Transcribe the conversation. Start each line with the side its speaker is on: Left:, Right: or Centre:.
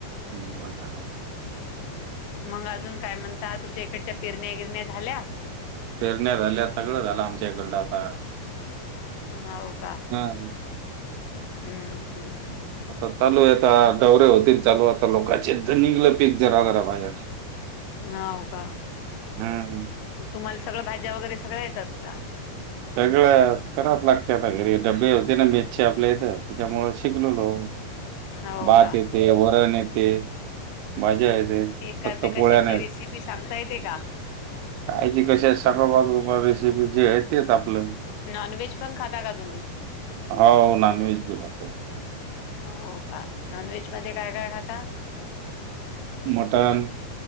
Right: हमं <unintelligible>
Left: मग अजून काय म्हणता? तुमच्या इकडच्या पिरण्या गिरण्या झाल्या.
Right: पेरण्या झाल्या सगळ झालं आमच्या इकडं आता
Left: हावू का?
Right: हम
Left: हम्म हम्म हम्
Right: आता चालू आहेता डौवऱे होतील चालू आता लोकांचे एकदा निघलं पिक जरा जरा बाहेर.
Left: <inaudible> हो का
Right: हं.
Left: तुम्हाला सगळ भाज्या वगैरे सगळ्या येतात का?
Right: सगळं करावच लागते आता घरी डबे होते ना मेसचे आपल्या इथे त्याच्यामुळे शिकललो
Left: हो
Right: भात
Left: का
Right: येते वरण येते भाज्या येते
Left: एखाद्या
Right: फक्त
Left: कशाची
Right: पोळ्या नाहीत.
Left: रेसिपी सांगता येते का?
Right: कायची कशाची <unintelligible> रेसिपी जे आहेत आपलं
Left: नॉन व्हेज पण खाता का तुम्ही?
Right: हो नॉनव्हेज बी खातो.
Left: हो हो का नॉन व्हेज मध्ये काय काय खाता?
Right: मटन,